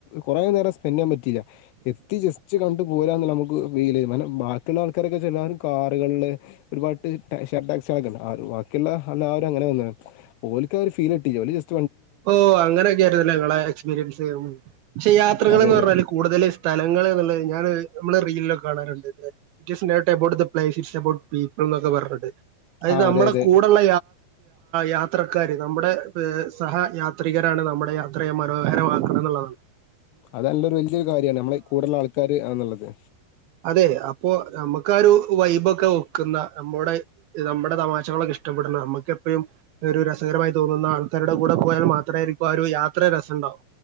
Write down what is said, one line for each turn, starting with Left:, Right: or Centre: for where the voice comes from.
Left: കുറെ നേരം സ്പെന്റ്യ്യാൻ പറ്റില്ല എത്തി ജസ്റ്റ് കണ്ടു പോരാനുള്ളമ്മക് ഫീൽ ചെയും കാരണം ബാ മറ്റുള്ള ആൾക്കാരൊക്കെ ചിലര് കാറുകളില് ഒരുപാട് <unintelligible> ബാക്കിള്ള എല്ലാരും അങ്ങനെ വന്ന്‌ണ് ഒൽക്ക് അത് ഒരു ഫീൽ കിട്ടീല്ല ഓല് ജെസ്റ്റ്
Right: ഓ അങ്ങനെയൊക്കെയായിരുന്നല്ലേ നി ങ്ങളെ എക്സ്പീരിയൻസ് പക്ഷേ യാത്രകൾന്ന്
Left: അതെ അതെ
Right: പറഞ്ഞാല് കൂടുതല് സ്ഥലങ്ങളന്നുള്ളത് ഞാന് നമ്മള് റീ ലൊക്കെ കാണാറുണ്ട് <unintelligible> എബൌട്ട് പീപ്പിൾ എന്നൊക്കെ പറഞ്ഞാണ്ട് അത്
Left: ആ
Right: നമ്മടെ
Left: അതെ അതെ
Right: കൂടെള്ള യാത്രക്കാര് നമ്മടെ സഹ യാത്രികരാണ് നമ്മടെ യാത്രയെ മനോഹരമാക്കണന്നുള്ളതാണ്.
Left: അതല്ലരു വലിയൊരു കാര്യണ് നമ്മളെ കൂടെള്ള ആൾക്കാര് ആണ് എന്നുള്ളത്
Right: അതെ അപ്പോ നമ്മക്കൊരു വൈബൊക്കെ വെക്കുന്ന നമ്മോടെ നമ്മടെ തമാശകളൊക്കെ ഇഷ്ടപ്പെടുന്ന നമുക്കെപ്പഴും ഒരു രസകരമായി തോന്നുന്ന ആൾക്കാരുടെ കൂടെ പോയാൽ മാത്ര യിരിക്കും ആ ഒരു യാത്ര രസണ്ടാവ.